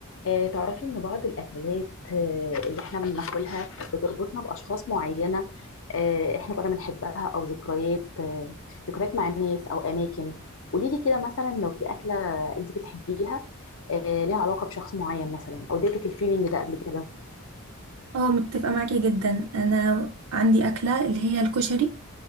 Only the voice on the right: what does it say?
اه متفقة معاكي جدا انا عندي اكلة اللي هي الكشري